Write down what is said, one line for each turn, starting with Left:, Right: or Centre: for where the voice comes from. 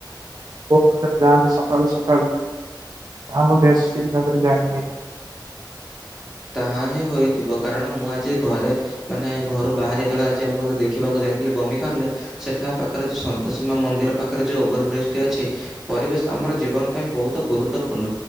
Right: କୋଉ ମ ଯାଆନ୍ତି ସକାଳୁ ସକାଳୁ। ଆ ମୁଁ ବେଶ ଠିକ ଭାବରେ ଜାଣିନି।
Centre: ତାହା ହିଁ ହୋଇଥିବ କାରଣ ମୁଁ ଆଜି ଘରେ ମାନେ ଘରୁ ବାହାରି ଯେତେବେଳେ ଆଜି ଆମର ଦେଖିବାକୁ ଯାଇ ବମି ଖଲେ ସେଠା ପାଖରେ ଯଉ ସନ୍ତୋଷୀ ମା ମନ୍ଦିର ପାଖରେ ଯୋଉ ଓଭର ବ୍ରିଜ ଟି ଅଛି ପରିବେଶ ଆମର ଜୀବନ ପାଇଁ ବହୁତ ଗୁରୁତ୍ୱପୂର୍ଣ୍ଣ